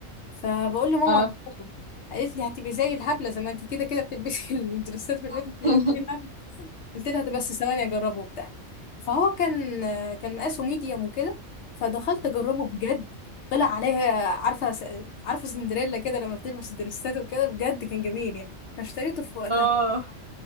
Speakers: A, on the left; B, on the right.
A: فبقول لماما
B: اه
A: هجيبه. قالت لي هتبقي زي الهبله زي ما انت كده كده بتلبسي <laughs> الدريسات في البيت بتبقي
B: <laughs>
A: زي الهبله قلت لها طب بس ثواني اجربه وبتاع فهو كان كان مقاسه ميديوم وكده فدخلت اجربه بجد طلع عليها عارفه س- عارفه سندريلا كده لما بتلبس دريسات وكده بجد كان جميل يعني فاشتريته في وقتها
B: اه